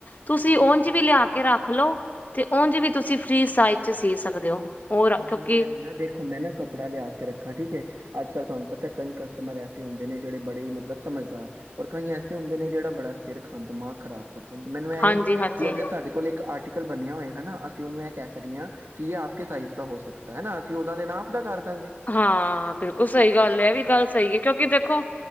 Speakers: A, on the left; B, on the right.
A: ਤੁਸੀਂ
B: ਹਾਂ
A: ਉਝ
B: ਹਾਂ
A: ਵੀ ਲਿਆ ਰੱਖ ਲਓ ਤੇ ਉਝ ਵੀ ਤੁਸੀਂ ਫੀ੍ ਸਾਈਜ 'ਚ ਸੀ ਸਕਦੇ ਹੋ। ਹੋਰ
B: ਮੈਨੂੰ
A: ਕਿਉਂਕਿ
B: ਇਹ ਨਾ ਦੇਖੋ ਮੈਂ ਨਾ ਕੱਪੜਾ ਲਿਆ ਕੇ ਰੱਖਾ ਠੀਕ ਏ। ਅੱਜ ਕੱਲ੍ਹ ਤੁਹਾਨੂੰ ਪਤਾ ਕਈ ਕਸਟਮਰ ਐਸੇ ਹੁੰਦੇ ਨੇ ਜਿਹੜੇ ਬੜੇ ਮਤਲਬ ਸਮਝਦਾਰ ਔਰ ਕਈ ਐਸੇ ਹੁੰਦੇ ਨੇ ਜਿਹੜਾ ਬੜਾ ਸਿਰ ਖੰਦ ਦਿਮਾਗ ਖ ਖਰਾਬ ਕਰ ਦ ਮੈਨੂੰ ਐ
A: ਹਾਂਜੀ ਹਾਂਜੀ
B: ਕਿ ਅਗਰ ਸਾਡੇ ਕੋਲ ਇੱਕ ਆਰਟੀਕਲ ਬਣਿਆ ਹੋਏਗਾ ਨਾ ਅਸੀਂ ਉਹਨੂੰ ਇਹ ਕਹਿ ਸਕਦੇ ਹਾਂ ਕਿ ਇਹ ਆਪ ਕੇ ਸਾਈਜ਼ ਹੋ ਸਕਦਾ ਹੈ ਹੈਨਾ ਅਸੀਂ ਉਹਨਾਂ ਦੇ ਨਾਪ ਦਾ ਕਰ ਦਾਂਗੇ
A: ਹਾਂ ਬਿਲਕੁਲ ਸਹੀ ਗੱਲ ਹੈ ਏਵੀ ਗੱਲ ਸਹੀ ਏ। ਕਿਉਂਕਿ ਦੇਖੋ